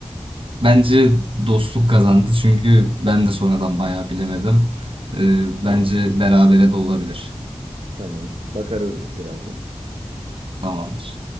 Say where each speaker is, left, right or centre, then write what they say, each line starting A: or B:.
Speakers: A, on the right (about 55°); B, on the right (about 70°).
A: Bence dostluk kazandı çünkü ben de sonradan bayağı bilemedim. Ee, bence berabere de olabilir.
B: Tamam. Bakarız birazdan.
A: Tamamdır.